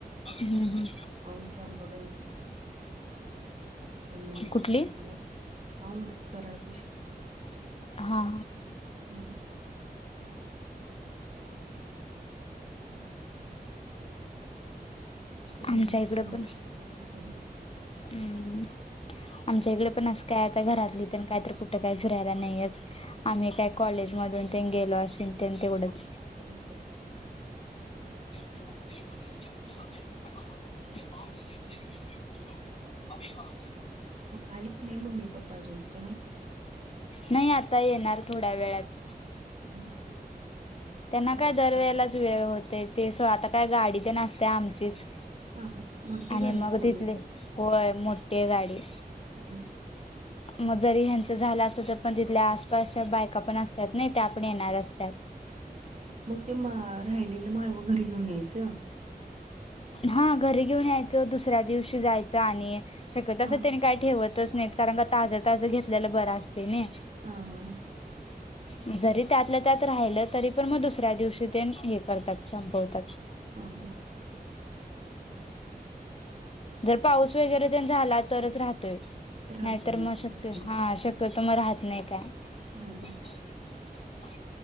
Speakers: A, on the left (about 40°); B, on the right (about 45°).
A: हम्म, हम्म.
B: आमच्या आबाबाई क ना
A: कुठली
B: द कराड पाशी
A: हा हा
B: हम् ह पण
A: आमच्या
B: ह्या वेळेला
A: इकडं
B: नाही
A: पण
B: हा
A: हम् आमच्या इकडे पण असं काय आता घरातली तर काय तर कुठं काही फिरायला नाहीच आम्ही काय कॉलेज मधून तेन गेलो असेल ते तेवढंच
B: ह
A: आ <unintelligible>
B: मग आली का नाही मम्मी पप्पा अजून का नाही
A: नाही, आता येणार थोड्या वेळात.
B: हा <inaudible>
A: त्यांना
B: सव्वा
A: काय दरवेेळेलाच वेळ होतेय, ते आता काय गाडी ते असते आमचीच.
B: हा, मोठी
A: आणि
B: गाडीय
A: मग
B: फोर
A: तिथले
B: व्हहीलर.
A: होय मोठी गाडी.
B: ह
A: मग जरी ह्यांचं झालं असत तर पण तिथल्या आसपासच्या बायका पण असतात ना त्या पण येणार असतात
B: मग ते म राहिलेलं माळवं, घरी घेऊन यायचं.
A: हा, घरी घेऊन यायचं, दुसऱ्या दिवशी जायचं, आणि शक्यतो
B: हां
A: असं त्यानी काही ठेवतच नाहीत, कारण का ताज ताज घेतल्याला बरा असते नी.
B: हा हां हां.
A: ह <inaudible> जरी त्यातलं त्यात राहिलं, तरी पण मग दुसऱ्या दिवशी ते हे करतात, संपवतात.
B: हम्म हम्म.
A: जर पाऊस वगैरे झाला तरच राहतोय
B: राहतोय
A: नाहीतर मग शक्य,
B: होच की
A: हा, शक्य क तस म राहत नाही काय.
B: हा हा <inaudible>
A: च <inaudible>